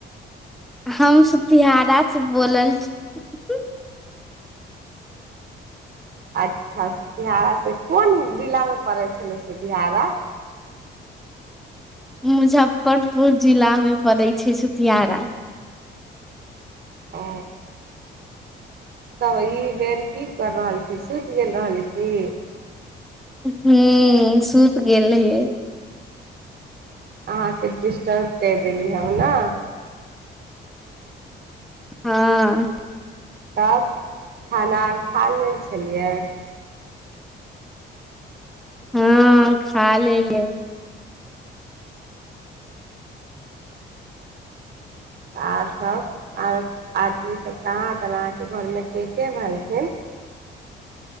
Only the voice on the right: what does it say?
अच्छा सतिियहारासँ कोन जिलामे पड़ै छलै सतियहारा।
ओ तब ई बेर की कर रहल छी सुति गेल रहली कि
अहाँके डिस्टर्ब क देली हम ना
तब खाना अर खा लेल छलियै।
आओर सभ आर आदमीसभ कहाँ तनि अहाँके घरमे के के भेलखिन।